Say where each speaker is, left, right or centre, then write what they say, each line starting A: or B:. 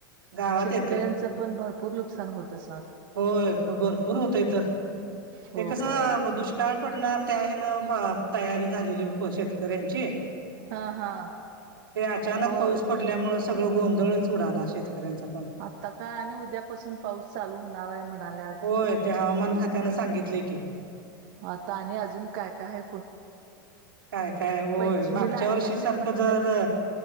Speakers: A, on the right; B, on the right.
A: गावात
B: शेतकऱ्यांच
A: येतय
B: पण भरपूर नुकसान होत असणार.
A: होय भरपूर होतय तर
B: होय
A: ते कस दुष्काळ पडणार त्या हे ना ब तयारी झालेली शेतकऱ्यांची.
B: हा हा
A: ते अचानक
B: होय
A: पाऊस पडल्यामुळ सगळं गोंधळच उडाला शेतकऱ्यांचा पण.
B: आता काय आणि उद्यापासून पाऊस चालू होणार आहे म्हणाल्यात.
A: होय ते हवामान खात्यानं सांगितलय की.
B: आता आणि अजून काय काय हाय
A: काय काय होय
B: पंचमीला
A: मागच्या
B: आणि
A: वर्षी
B: येतय
A: सारखं
B: म्हणतात
A: जर.